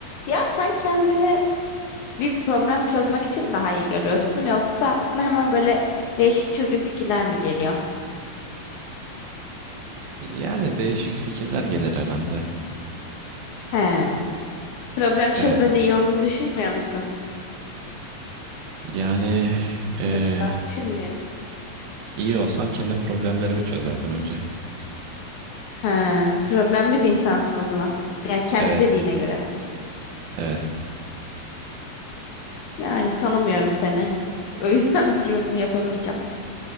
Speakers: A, on the left; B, on the right.
A: Ya sen kendini bir problem çözmek için daha iyi görüyorsun yoksa aklına hemen böyle değişik çılgın fikirler mi geliyor?
B: Yani değişik fikirler gelir herhalde.
A: He. Problem çözmede
B: Evet.
A: iyi olduğunu düşünmüyor musun?
B: Yani eee,
A: Anlaşılan düşünmüyorsun.
B: iyi olsam kendi problemlerimi çözerdim önce.
A: He. Problemli bir insansın o zaman. Yani kendi
B: Evet,
A: dediğine göre.
B: evet.
A: Yani tanımıyorum seni. O yüzden <laughs> bir yorum yapamayacağım.